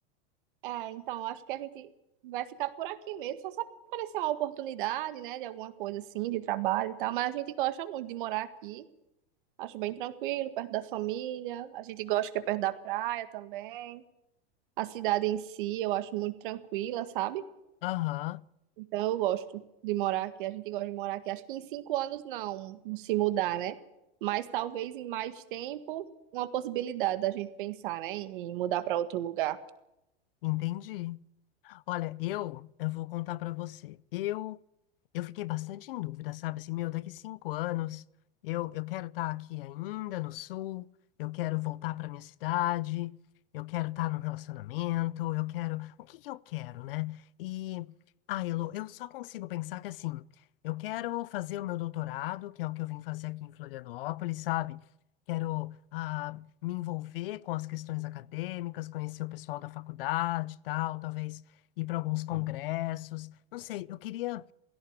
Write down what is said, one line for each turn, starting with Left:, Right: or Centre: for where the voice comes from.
Right: é, então, acho que a gente vai ficar por aqui mesmo, só se aparecer uma oportunidade, né, de alguma coisa assim, de trabalho e tal, mas a gente gosta muito de morar aqui. Acho bem tranquilo, perto da família. A gente gosta que é perto da praia também. A cidade em si, eu acho muito tranquila, sabe?
Left: Aham.
Right: Então eu gosto de morar aqui. A gente gosta de morar aqui. Acho que em cinco anos não se mudar, né? Mas talvez em mais tempo, uma possibilidade da gente pensar, né? Em mudar para outro lugar.
Left: Entendi. Olha, eu, eu vou contar para você. Eu eu fiquei bastante em dúvida, sabe? Assim, meu, daqui cinco anos eu, eu quero estar aqui ainda no sul, eu quero voltar para minha cidade, eu quero estar num relacionamento, eu quero. O que que eu quero, né? E, ah, Elo, eu só consigo pensar que assim, eu quero fazer o meu doutorado, que é o que eu vim fazer aqui em Florianópolis, sabe? Quero, ah, me envolver com as questões acadêmicas, conhecer o pessoal da faculdade e tal, talvez ir para alguns congressos. Não sei, eu queria